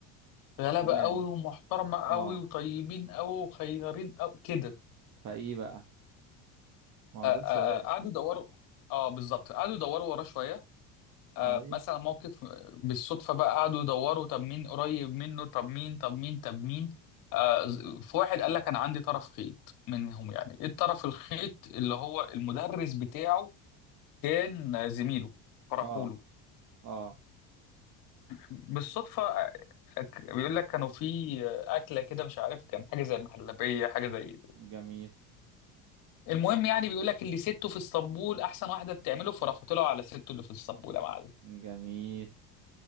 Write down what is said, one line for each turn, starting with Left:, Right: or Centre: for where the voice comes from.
Left: غلابه
Right: تمام
Left: قوي ومحترمه قوي
Right: اه
Left: وطيبين قوي وخيارين قوي كده
Right: فايه بقى ما هو
Left: آ- آ-
Right: ده
Left: آ،
Right: سؤال
Left: قعدوا يدوروا اه بالظبط قعدوا يدوروا وراه شويه آه
Right: اه ايوه
Left: مثلا موقف بالصدفه بقى قعدوا يدوروا طب مين قريب منه طب مين طب مين طب مين آه ز- في واحد قال لك انا عندي طرف خيط منهم يعني ايه الطرف الخيط اللي هو المدرس بتاعه كان زميله فرحوا
Right: اه
Left: له
Right: اه
Left: بالصدفة أك- بيقول لك كانوا في أكلة كده مش عارف كان حاجة زي المهلبية حاجة زي
Right: جميل
Left: المهم يعني بيقول لك اللي سته في اسطنبول أحسن واحدة بتعمله فراحوا طلعوا على سته اللي في اسطنبول يا معلم
Right: جميل